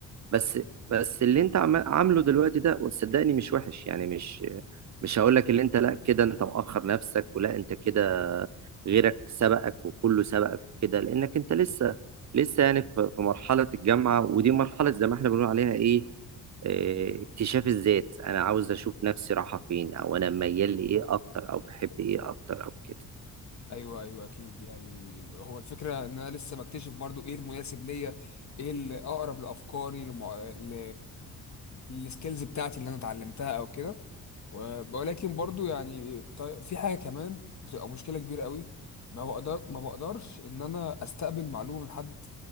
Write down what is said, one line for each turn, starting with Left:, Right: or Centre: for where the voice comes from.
Right: بس بس اللي انت عم- عامله دلوقتي ده وصدقني مش وحش يعني مش مش هقول لك اللي انت لا كده انت مؤخر نفسك ولا انت كده غيرك سبقك وكله سبقك وكده لانك انت لسه لسه يعني في في مرحلة الجامعة ودي مرحلة زي ما احنا بنقول عليها ايه آه، اكتشاف الذات انا عاوز اشوف نفسي رايحه فين او انا ميال لايه اكتر او بحب ايه اكتر او كده
Left: ايوه ايوه اكيد يعني هو الفكرة ان انا لسه بكتشف برضو ايه المناسب ليا ايه الاقرب لافكاري لمع... ل... السكيلز بتاعتي اللي انا اتعلمتها او كده و- ولكن برضو يعني طي- في حاجه كمان بتبقى مشكله كبيره قوي ما بقدر ما بقدرش ان انا استقبل معلومه من حد